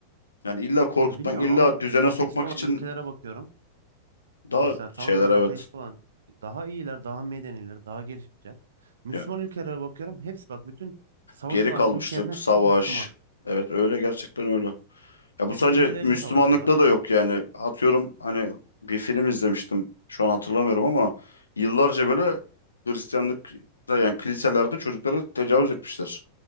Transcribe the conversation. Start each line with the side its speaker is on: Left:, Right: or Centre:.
Left: Yani illa korkutmak,
Right: Ya bilmiyorum
Left: illa
Right: ama
Left: düzene
Right: ateist
Left: sokmak
Right: olan
Left: için
Right: ülkelere bakıyorum.
Left: daha
Right: Mesela tamamen
Left: şeyler evet.
Right: ateist olan daha iyiler, daha medeniler, daha gelişmişler. Müslüman
Left: Ya
Right: ülkelere bakıyorum. Hepsi bak bütün savaş
Left: geri
Right: olan
Left: kalmıştık,
Right: ülkelerin hepsi
Left: savaş.
Right: hep Müslüman.
Left: Evet öyle gerçekten öyle. Ya bu
Right: Hep
Left: sadece
Right: birbirleriyle
Left: Müslümanlıkta
Right: savaşıyorlar.
Left: da yok yani. Atıyorum hani bir film izlemiştim. Şu an hatırlamıyorum ama yıllarca böyle Hristiyanlıkta yani kiliselerde çocuklara tecavüz etmişler.